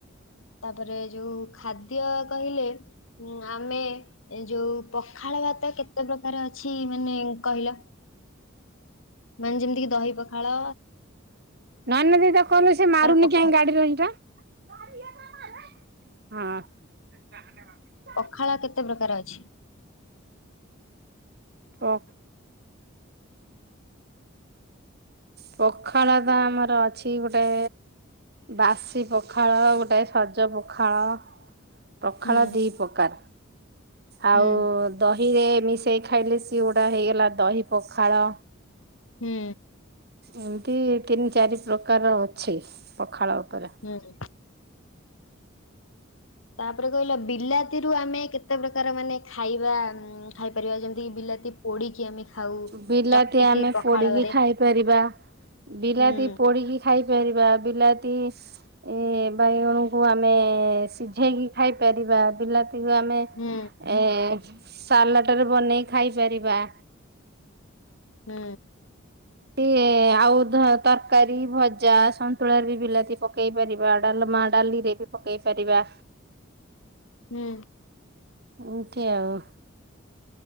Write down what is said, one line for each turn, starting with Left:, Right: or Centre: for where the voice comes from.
Left: ତାପରେ ଯୋଉ ଖାଦ୍ୟ କହିଲେ ଉ ଆମେ ଏ ଯୋଉ ପଖାଳ ଭାତ କେତେ ପ୍ରକାର ଅଛି ମାନେ କହିଲ? ମାନେ ଯେମିତି କି ଦହି ପଖାଳ
Right: ନାନୁ ଦି କହିଲୁ ସେ ମାରୁନି
Left: ପଖା
Right: କାହି ଗାଡିର ଏଇଟା ହଁ। ସାଙ୍ଗ ମାରେ।
Left: ପଖାଳ କେତେ ପ୍ରକାର ଅଛି?
Right: ଓ ପଖାଳ ଟା ଆମର ଅଛି ଗୋଟେ ବାସି ପଖାଳ ଗୋଟେ ସଜ ପଖାଳ। ପଖାଳ
Left: ହୁଁ
Right: ଦି ପ୍ରକାର, ଆଉ
Left: ହୁଁ
Right: ଦହିରେ ମିଶେଇ ଖାଇଲେ ଚିଉଟା ହେଇଗଲା ଦହି ପଖାଳ।
Left: ହୁଁ।
Right: ଏମତି ତିନି ଚାରି ପ୍ରକାର ଅଛି ପଖାଳ ଉପରେ।
Left: ନା ରେ ତାପରେ କହିଲ ବିଲାତି ରୁ ଆମେ କେ ତେ ପ୍ରକାର ମାନେ ଖାଇବା ଉଁ, ଖାଇପାରିବା? ଯେମିତିକି ବିଲାତି ପୋଡ଼ିକି ଆମେ ଖାଉ
Right: ବିଲାତି
Left: ଚକଟିକି
Right: ଆମେ
Left: ପଖାଳରେ
Right: ପୋଡିକି ଖାଇପାରିବା। ବିଲାତି
Left: ହୁଁ
Right: ପୋଡିକି ଖାଇପାରିବା। ବିଲାତି ଏ, ବାଇଗଣକୁ ଆମେ ସିଝେଇକି ଖାଇପାରିବା। ବିଲାତିକୁ ଆମେ ଏ,
Left: ହୁଁ
Right: ସାଲାଟ ରେ ବନେଇ ଖାଇପାରିବା।
Left: ହୁଁ।
Right: ସିଏ ଆଉ ଧ-ତରକାରୀ ଭଜା ସନ୍ତୁଳା ରେ ବି ବିଲାତି ପକେଇପାରିବା। ଡାଲମା ଡାଲିରେ ବି ପକେଇପାରିବା।
Left: ହୁଁ
Right: ଏମିତି ଆଉ।